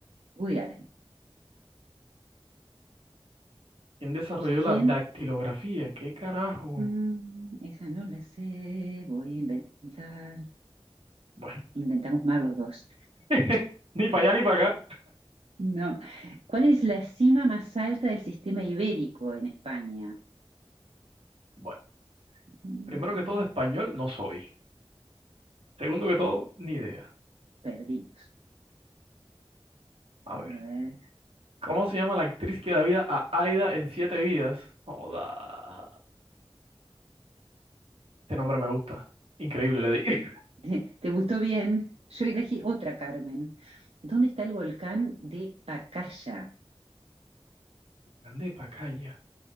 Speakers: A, on the right; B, on the right.
A: Woody Allen.
B: ¿Quién desarrolló
A: ¿Quién?
B: la dactilografía? ¿Qué carajo?
A: Mm, esa no la sé, voy a inventar.
B: Bueno,
A: Inventamos más los dos.
B: <laughs> ni para allá ni para acá.
A: No. ¿Cuál es la cima más alta del sistema ibérico en España?
B: Bueno,
A: Mm,
B: primero que todo, español no soy. Segundo que todo, ni idea.
A: Perdidos.
B: A
A: A
B: ver,
A: ver, a ver.
B: ¿cómo se llama la actriz que da vida a Aida en Siete Vidas? Joda. Este nombre me gusta. Increíble, le di.
A: ¿Te, te gustó bien? Yo elegí otra, Carmen. ¿Dónde está el volcán de Pacaya?
B: <laughs> Grande Pacaya.